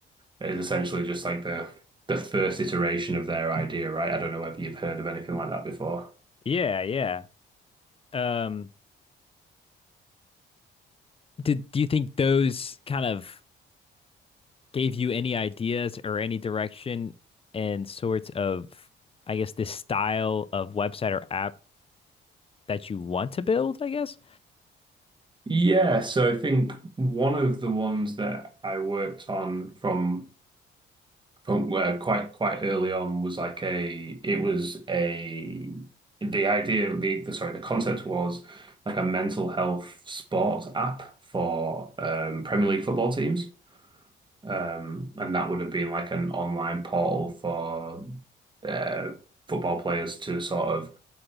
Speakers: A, on the right (about 25°); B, on the left (about 30°).
A: is essentially just like the the first iteration of their idea, right? I don't know whether you've heard of anything like that before.
B: Yeah, yeah. Um, do do you think those kind of gave you any ideas or any direction and sorts of, I guess, this style of website or app that you want to build, I guess?
A: Yeah, so I think one of the ones that I worked on from from where quite quite early on was like a it was a the idea the, the sorry the concept was like a mental health sports app for um, Premier League football teams um, and that would have been like an online portal for uh, football players to sort of